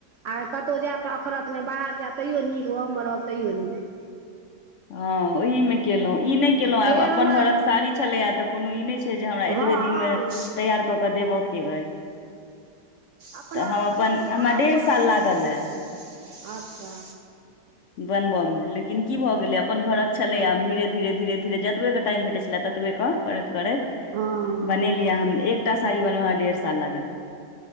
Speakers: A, on the right; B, on the left.
A: आ कतहु जायतऽ अखरत नहि बाहर जायत तैयो नीक घमे रहब तैयो नीक
B: हँ ओहिमे केलहुँ ई नहि केलहुँ आब
A: से हमर
B: अपन घरक साड़ी छलैएा तऽ कोनो ई नहि छै जे हमरा एतबे
A: हँ
B: दिनमे तैयार कऽ केऽ देबय के अइ
A: अपनासभके
B: तऽ हम अपन
A: पहिले
B: हमरा
A: आब
B: डेढ़
A: लोककेँ
B: साल
A: सीखै
B: लागल ए
A: छै अच्छा
B: बनबय मे लेकिन की भऽ गेलै अपन घरक छलेय धीरे धीरे धीरे धीरे जतबे के टाइम भेटे छले ततबे के करैत करैत
A: हँ
B: बनेलियै
A: हँ
B: हम एकटा साड़ी बनहं डेढ़ साल लागल